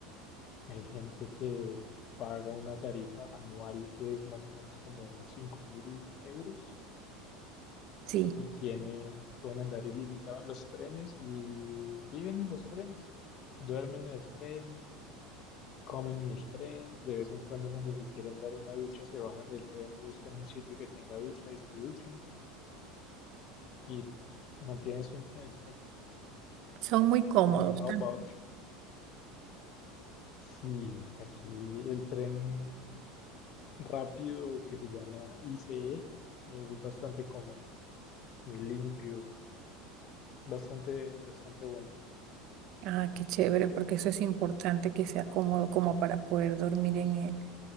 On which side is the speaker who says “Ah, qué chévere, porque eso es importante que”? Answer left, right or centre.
Right